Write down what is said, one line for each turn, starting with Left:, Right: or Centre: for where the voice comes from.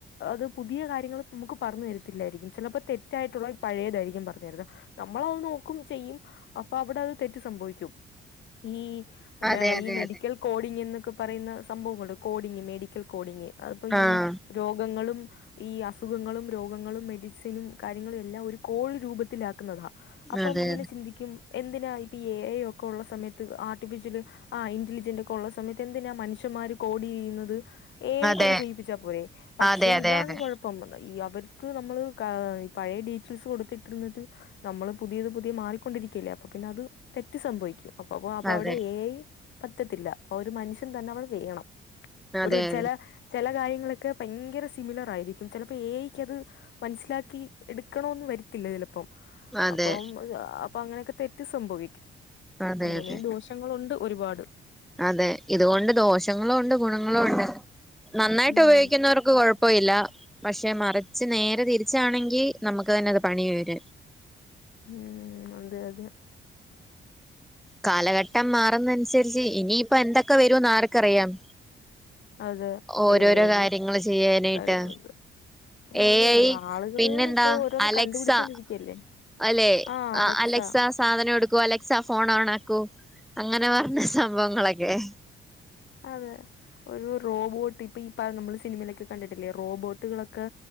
Left: അത് പുതിയ കാര്യങ്ങൾ നമുക്ക് പറഞ്ഞു തരത്തില്ലായിരിക്കും ചിലപ്പോൾ തെറ്റായിട്ടുള്ള പഴേതായിരിക്കും പറഞ്ഞു തരുന്നത്. നമ്മളത് നോക്കും ചെയ്യും അപ്പൊ അവിടെ അത് തെറ്റ് സംഭവിക്കും ഈ
Centre: അതെ
Left: മ്മേ
Centre: അതെ
Left: ഈ മെഡിക്കൽ
Centre: അതെ
Left: കോഡിങ് എന്നൊക്കെ പറയുന്ന സംഭവങ്ങളുണ്ട്. കോഡിങ് മെഡിക്കൽ കോഡിങ്ങ് അത്പ്പോ
Centre: ആ
Left: ഈ രോഗങ്ങളും. ഈ അസുഖങ്ങളും, രോഗങ്ങളും, മെഡിസിനും, കാര്യങ്ങളുഎല്ലാം ഒരു കോൾ രൂപത്തിലാക്കുന്നതാ അപ്പം
Centre: അതെ
Left: ഇങ്ങനെ സിന്തിക്കും എന്തിനാ ഇപ്പ ഈ എ ഐ ഒക്കെ ഒള്ള സമയത്ത് ആർട്ടിഫിഷ്യല് ആഹ് ഇന്റലിജന്റ്ഒക്കെ ഉള്ള സമയത്ത് എന്തിനാ മനുഷ്യന്മാര് കോടിയുനത് ഏ ഐയ്
Centre: അതെ
Left: കൊണ്ട് ചെയ്യിപ്പിച്ചാ പോരെ പക്ഷെ
Centre: അതെ അതെ
Left: ഇതാണ്
Centre: അതെ
Left: കൊഴ <unintelligible> ഈ അവർക്ക് നമ്മള്കാ ഇപഴയ ഡീറ്റെയിൽസ് കൊടുത്തിട്ടിരുന്നിട്ട് നമ്മള് പുതിയത് പുതിയ മാറിക്കൊണ്ടിരിക്കല്ലേ അപ്പ പിന്ന അത് തെറ്റ്സംഭവിക്കും. അപ്പ അപ്പപ്പ
Centre: അതെ
Left: അവിടെ ഏയി പറ്റത്തില്ല ഒരുമനുഷ്യൻതന്നെഅവിടെ വേണം.
Centre: അതെ അതെ അതെ
Left: ചെല ചെല കാര്യങ്ങളൊക്കെ ഭയങ്കര സിമിലർ ആയിരിക്കും ചിലപ്പോഏയിക്ക് അത് മനസ്സിലാക്കി എടുക്കണോന്ന് വരത്തില്ല ചെലപ്പം.
Centre: അതെ
Left: അപ്പം അപ്പൊങ്ങനെക്കെ തെറ്റ്സംഭവിക്കും
Centre: അതെ
Left: അങ്ങനെയും
Centre: അതെ
Left: ദോഷ പ്രശ്നങ്ങളുണ്ട് ഒരുപാട്
Centre: അതെ ഇതുകൊണ്ട് ദോഷങ്ങളുണ്ട് ഗുണങ്ങളുണ്ട് നന്നായിട്ട്
Left: ഉം
Centre: ഉപയോഗിക്കുന്നവർക്ക് കൊഴ പ്പോയില്ല പക്ഷെ മറിച്ച്നേരെ തിരിച്ചാണെങ്കി നമ്മക്ക് തന്ന അത് പണി വര
Left: ഉഹ് അതെ അതെ
Centre: കാലഘട്ടം മാറുന്നനുസരിച്ച് ഇനിയിപ്പ എന്തൊക്കെവരുന്ന് ആർക്കറിയാം.
Left: അതെ
Centre: ഓരോരോകാര്യങ്ങള്ചെയ്യാനായിട്ട്
Left: എ ഐ കാര്യങ്ങളൊക്കെ
Centre: ഏ
Left: അത്
Centre: ഐയ്
Left: ആളുകള്
Centre: പിന്നെന്താ
Left: ഇപ്പൊ ഓരോന്ന്
Centre: അലക്സാ
Left: കണ്ടുപിടിച്ചോണ്ടിരിക്കല്ലേ
Centre: അലെ
Left: ആ അലക്സ
Centre: അഅലെക്സാസ് സാധനെടുക്കൂ അലക്സാ ഫോൺഓണാക്കു അങ്ങനെ പറഞ്ഞ സംഭവങ്ങളൊക്കെ
Left: അതെ ഒരു റോബോട്ട് ഇപ്പയീ ഇപ്പ നമ്മള് സിനിമലൊക്കെ കണ്ടിട്ടില്ലേ റോബോട്ടുകളൊക്കെ